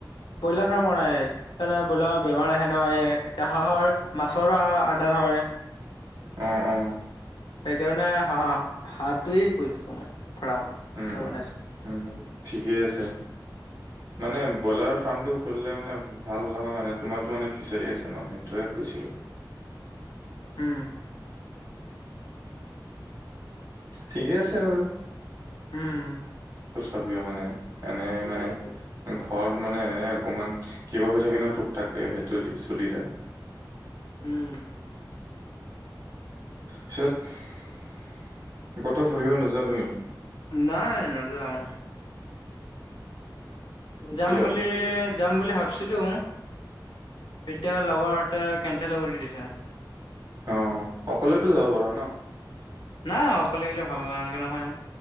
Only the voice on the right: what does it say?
অ অ
উম
উম
উম ঠিকেই আছে মানে ব্ৰইলাৰৰ ফাৰ্মটো খুলিলে মানে ভাল নহয় মানে তোমাৰতো মানে ফিচাৰি আছে ন সেইটোয়ে কৈছিলো।
ঠিকেই আছে বাৰু।
তথাপিও মানে এনেই মানে ঘৰত মানে এনে অকমান কিবা হৈ থাকে ন টোক টাককে সেইটো দি চলি যায়
পিছত কতো ফুৰিব নোযোৱা তুমি?
কিয়
অ অকলেতো যাব পাৰ ন